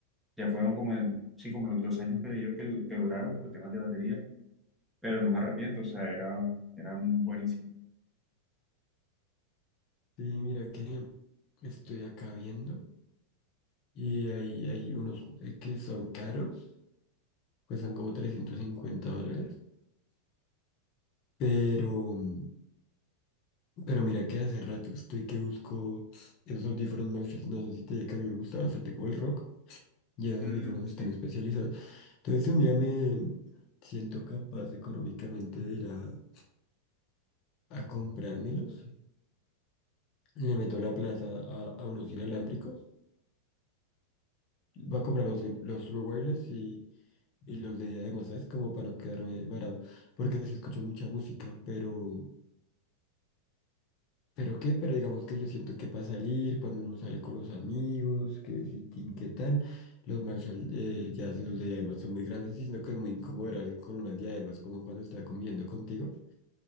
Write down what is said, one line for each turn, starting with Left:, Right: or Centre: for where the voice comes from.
Centre: Ya fueron como, el- sí, como los dos años que digo que, du- que duraron por temas de batería, pero no me arrepiento, o sea, era, eran buenísimos.
Left: sí, mira que estoy acá viendo y hay, hay unos eh, que son caros, cuestan como 350 dólares. Pero, mm, pero mira que hace rato estoy que busco esos audífonos Marshall. No sé si te diga que a mí me gusta bastante como el rock y esos
Centre: Mm,
Left: audífonos están
Centre: sí.
Left: especializados. Entonces si un día me siento capaz económicamente de ir a, a comprármelos. Le meto la plata a, a unos inalámbricos. Voy a comprar los, in- los True Wireless y, y los de diadema, ¿sabes? Como para no quedarme varado. Porque sí escucho mucha música, pero... ¿Pero qué? Pero digamos que yo siento que para salir, cuando uno sale con los amigos, que si tin, que tan, los Marshall, eh, ya los de diademas son muy grandes, y sino que es muy incómodo ver a alguien con unas diademas, como cuando está comiendo contigo.